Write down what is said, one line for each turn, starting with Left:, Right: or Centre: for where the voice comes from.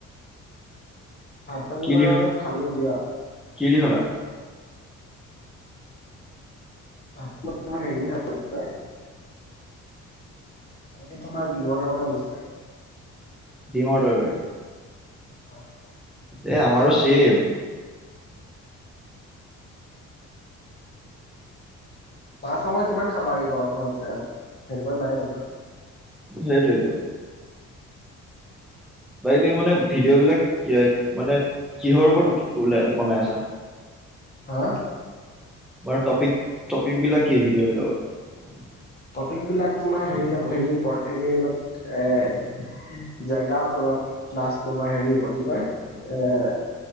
Left: ভাত পানী
Centre: কি
Left: মই
Centre: দি
Left: আৰু খালো দিয়া।
Centre: কি দি খালা।
Left: ভাত মই হেৰি দি খালো। তই আজি তোমাৰ বিঅৰে ওলাছিলে।
Centre: কিহৰ টৰকাৰি।
Left: <unintelligible>
Centre: এ আমাৰো চেম।
Left: মাছ মাংৰি কিমান খাবা আৰু গৰমখনত সেইটো কাৰণে নাই বনোৱা।
Centre: সেইটোৱে টো বাকী তুমি মানে ভিডিঅ' বিলাক মানে কিহৰ ওপৰত ওলাই বনাই আছা।
Left: হা
Centre: আৰু টপিক টপিক বিলাক কি ভিডিঅ' বিলাকৰ।
Left: টপিক বিলাক তোমাৰ হে হেৰি ওপৰত হৰি অলপ এ জেগাৰ ওপৰত। প্লাছ তোমাৰ হেৰিওপৰত কি কয় এ